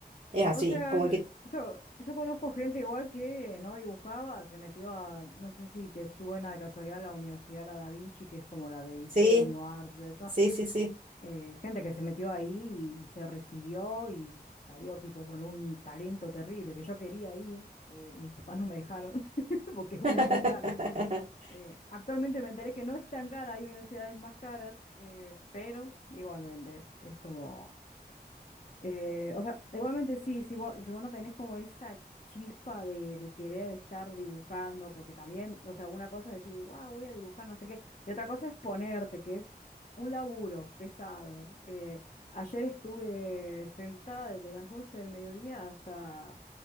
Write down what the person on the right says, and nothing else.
es así,
como que
sí,
sí, sí, sí.
<laughs>